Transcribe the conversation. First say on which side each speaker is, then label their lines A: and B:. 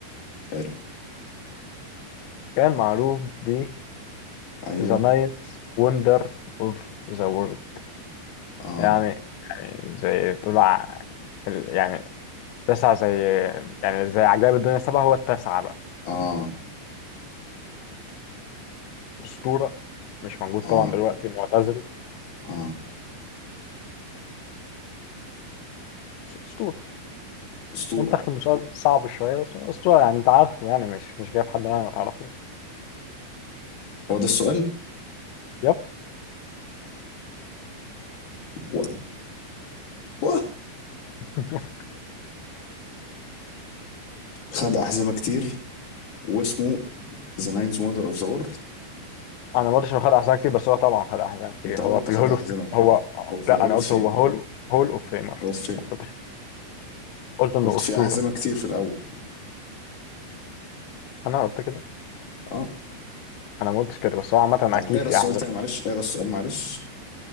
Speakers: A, on the left; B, on the left.
A: حلو
B: كان معروف ب
A: ايوه
B: The Ninth Wonder of the World
A: اه
B: يعني يعني زي تقول ع- ال- يعني تسعة زي يعني زي عجائب الدنيا السبعة هو التاسعة بقى
A: اه
B: أسطورة مش موجود
A: اه
B: طبعا دلوقتي معتزل
A: اه
B: بس أسطورة
A: اسطورة
B: منتخب في المسابقة صعب شوية بس هو أسطورة يعني أنت عارفه يعني مش مش جايب حد يعني ما تعرفوش
A: هو ده السؤال
B: يب
A: و و
B: <laughs>
A: خد أحزمة كتير واسمه ذا ناينز وندر اوف ذا وورلد
B: أنا ما قلتش إنه خد أحزاب كتير بس هو طبعا خد أحزاب كتير
A: انت قلت
B: هو في
A: خد
B: الهول
A: أحزمة
B: أوف
A: كتير
B: هو
A: هو في
B: لا
A: الهول
B: أنا
A: اوف
B: قلت
A: فيم
B: هو هول هول أوف فيمر
A: هو في فيم
B: ما قلتش قلت إنه
A: قلت
B: أسطورة
A: في أحزمة كتير في الأول
B: أنا قلت كده
A: اه
B: أنا ما قلتش كده بس هو عامة أكيد
A: مع- اقرا
B: في
A: السؤال
B: أحزاب
A: تاني معلش اقرا السؤال معلش